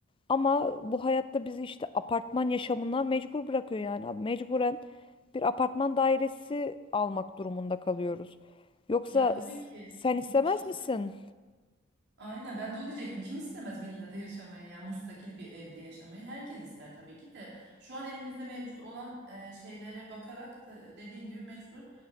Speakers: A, on the left; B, on the right.
A: Ama bu hayatta bizi işte apartman yaşamına mecbur bırakıyor yani. Abi Mecburen bir apartman dairesi almak durumunda kalıyoruz. Yoksa
B: Ya tabii
A: s-
B: ki
A: sen istemez
B: kim istemez?
A: misin?
B: Aynen ben de onu diyecektim. Kim istemez villada yaşamayı yani müstakil bir evde yaşamayı? Herkes ister tabii ki de. Şu an elimizde mevcut olan e, şeylere bakarak da dediğin gibi mecbur